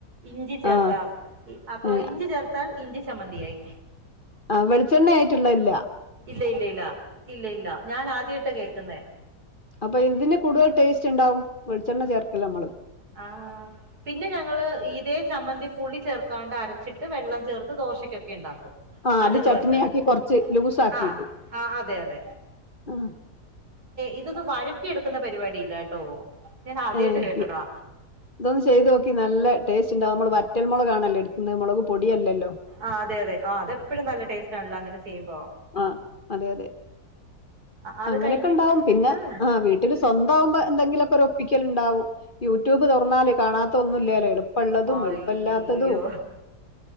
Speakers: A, on the right; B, on the left.
A: ഇഞ്ചി ചേർക്കാം
B: ആഹ്
A: അപ്പൊ
B: ഏഹ്
A: ഇഞ്ചി ചേർത്താൽ ഇഞ്ചി ചമ്മന്തി ആയി.
B: ആഹ് വെളിച്ചെണ്ണയ ആയിട്ടുള്ളതില്ല
A: ഇല്ല ഇല്ല ഇല്ല ഇല്ല ഇല്ല ഞാൻ ആദ്യ ആയിട്ട് കേൾക്കുന്നെ
B: അപ്പൊ എന്തിന് കൂടുതൽ ടേസ്റ്റ് ഉണ്ടാവും വെളിച്ചെണ്ണ ചേർക്കല്ല നമ്മള്
A: ആഹ് പിന്നെ ഞങ്ങള്ൾ ഇതേ ചമ്മന്തിപുളി ചേർക്കാണ്ട് അരച്ചിട്ട് വെള്ളം ചേർത്ത് ദോശക്കൊക്കെ ഉണ്ടാക്കും.
B: ആഹ്
A: കടുക്ക്
B: അത് ചട്നിയാക്കി
A: വറത്ത് എടുക്
B: കൊറച്ച് ലൂസ് ആക്കിയിട്ട്
A: ആഹ് ആഹ് അതെ അതെ
B: ആഹ്
A: ഇതൊന്ന് വഴറ്റി എടുക്കുന്ന പരിപാടിയില്ല കേട്ടോ ഞാൻ ആദ്യയിട്ട്
B: ഏഹ്
A: കേട്ടതാ
B: ഇതൊന്ന് ചെയ്ത് നോക്കി നല്ല ടേസ്റ്റ് ഉണ്ടാവും നമ്മള് വറ്റൽ മൊളക്ണല്ലോ എടുക്കുന്നത് മൊളക് പൊടിയല്ലല്ലോ?
A: ആഹ് അതെയതെ ആഹ് അതെപ്പോഴും നല്ല ടേസ്റ്റ ആണല്ലോ അങ്ങനെ ചെയ്യുമ്പോ?
B: ആഹ് അതെ അതെ
A: അത്
B: അങ്ങനെയൊക്കെ
A: കഴിഞ്ഞിട്ട്
B: ഉണ്ടാവും പിന്നെ ആഹ് വീട്ടി വിട്ടിൽ സ്വന്ത അകുമ്പോ എന്തെിലൊക്കെ ഒരുഒപ്പിക്കൽ ഉണ്ടാവും യൂട്യൂബ് തുറന്നാല് കാണാത്ത ഒന്നുംല്ലല്ലോ എളുപ്പ ഉള്ളതും
A: അയ്യോ
B: എളുപ്പമില്ലാത്തതും